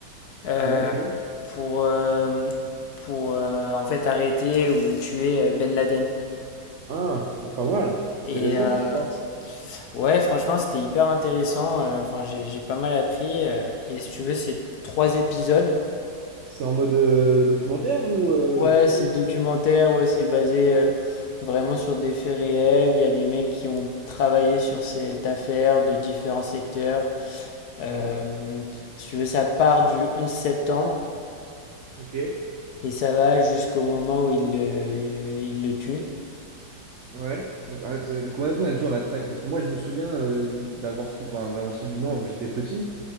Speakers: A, on the left; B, on the right.
A: euh,
B: ouais, ok.
A: pour, euh, pour euh, en fait arrêter ou tuer euh, Ben Laden.
B: Ah, putain, pas mal.
A: Et
B: Intéressant
A: euh,
B: ce soir.
A: ouais, franchement, c'était hyper intéressant. euh, Enfin, j'ai, j'ai pas mal appris. euh, et si tu veux, c'est trois épisodes.
B: C'est en mode euh, documentaire ou euh,
A: Ouais,
B: fiction?
A: c'est documentaire, ouais, c'est basé euh, vraiment sur des faits réels. Il y a des mecs qui ont travaillé sur cette affaire de différents secteurs. Euh,
B: Ouais,
A: si tu veux, ça part du 11 septembre
B: ok.
A: et ça va jusqu'au moment où il, le- il le tue.
B: Ouais. Donc, ah, c'est- combien de temps elle dure la traque? Parce que moi, je me souviens euh, d'avoir suivi, enfin, d'avoir suivi, non, j'étais petit,